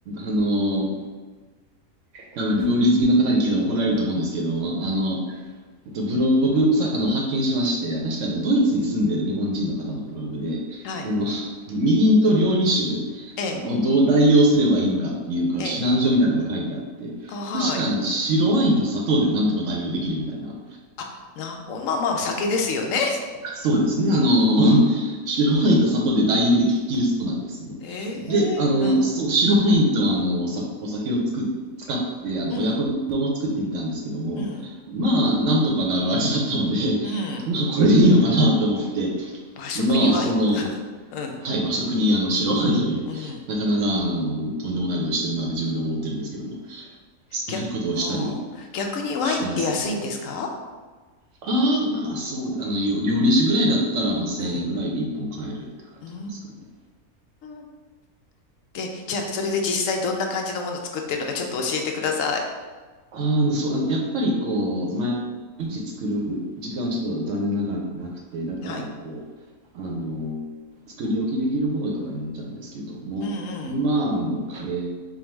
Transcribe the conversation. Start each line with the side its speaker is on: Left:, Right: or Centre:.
Right: あの、多分料理好きの方に聞いたら怒られると思うんですけれども、あの、えっと、ブログをさあの発見しまして、確かあのドイツに住んでいる日本人の方のブログで、
Left: はい。
Right: あの <laughs> みりんと料理酒
Left: ええ、
Right: をどう代用すればいいのかっていうか指南書みたいなのが書いてあって、
Left: ええ、あ、はい。
Right: 確かあの白ワインと砂糖でなんとか代用できるみたいな
Left: あ、な、おまあまあ、お酒ですよね。
Right: そうですね。あの、<laughs> 白ワインと砂糖で代用できるそうなんですね。
Left: <laughs> え
Right: で、あの、
Left: え、うん、
Right: そう、白ワインとあの、さ、お酒をつく、使って、あの、
Left: うん、
Right: 親子丼を作ってみたんですけども、
Left: うん、
Right: まあ、なんとかなる味だったので、
Left: うん。
Right: <laughs> まあ、これでいいのかなと思って、
Left: 和食にワイン。
Right: 今はその、
Left: うん、
Right: はい、和食にあの、白ワインを入れ、
Left: うん。
Right: なかなか、あの、とんでもないことしてるなって自分でも思ってるんですけども、そういうことをしたり
Left: ぎゃ、ああ、逆にワインって安いんですか
Right: してますね。ああ、まあそう、あの、料料理酒ぐらいだったら、まあ1000円ぐらいで1本買えるって感じなんですかね。
Left: うん。うーん。で、じゃあ、それで実際どんな感じのものを作ってるのかちょっと教えてください。
Right: ああ、そう、やっぱりこう、毎日作る時間はちょっと残念ながらなくて、だからこう、
Left: はい。
Right: あの、作り置きできるものとかになっちゃうんですけども、
Left: うんうん。
Right: 今、あの、カレー